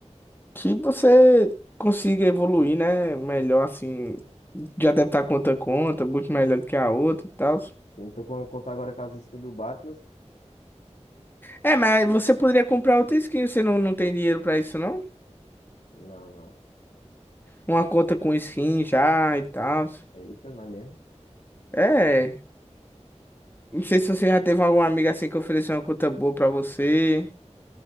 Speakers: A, on the left (about 15°); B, on the left (about 75°).
A: que você consiga evoluir, né? Melhor assim. Já deve estar com outra conta, muito melhor do que a outra e tal.
B: Sim, tô com contar agora com as skins do Batman.
A: É, mas você poderia comprar outra skin, você não, não tem dinheiro pra isso, não?
B: Não, não.
A: Uma conta com skin já e tal.
B: Eita, mas mesmo.
A: É. Não sei se você já teve algum amigo assim que ofereceu uma conta boa pra você.